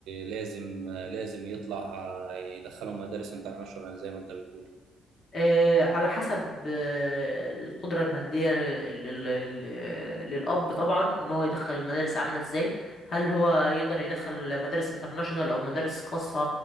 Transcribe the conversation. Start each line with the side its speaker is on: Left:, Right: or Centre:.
Right: لازم آه، لازم يطلع آه، يدخله مدارس انترناشونال زي ما انت بتقول
Left: آه، على حسب آه، القدرة المادية لل- لل- لل- للأب طبعا إن هو يدخل المدارس عاملة إزاي هل هو يقدر يدخل مدارس انترناشونال أو مدارس خاصة